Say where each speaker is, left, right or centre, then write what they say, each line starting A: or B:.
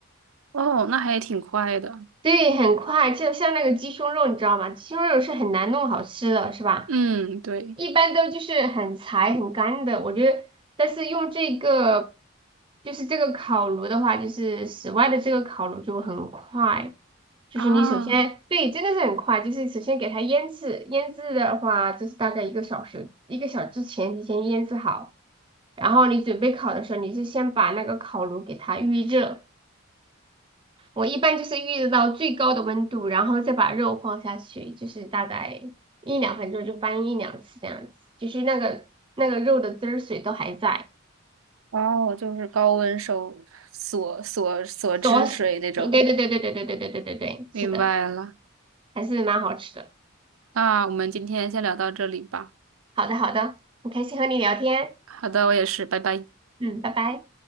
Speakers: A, on the right; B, on the right.
A: 哦，那还挺快的。
B: 对，很快，就像那个鸡胸肉，你知道吗？鸡胸肉是很难弄好吃的，是吧？
A: 嗯，对。
B: 一般都就是很柴、很干的。我觉得，但是用这个，就是这个烤炉的话，就是室外的这个烤炉就很快。就是你首先，
A: 啊。
B: 对，真的是很快。就是首先给它腌制，腌制的话就是大概一个小时，一个小时之前提前腌制好。然后你准备烤的时候，你就先把那个烤炉给它预热。我一般就是预热到最高的温度，然后再把肉放下去，就是大概一两分钟就翻一两次这样子，就是那个那个肉的汁儿水都还在，
A: 哦，就是高温收锁锁锁汁水那种。
B: 锁死。e 对对对对对对对对对对对，
A: 明白了，
B: 是的，还是蛮好吃的。
A: 那我们今天先聊到这里吧。
B: 好的好的，很开心和你聊天，
A: 好的，我也是，拜拜。
B: 嗯，拜拜。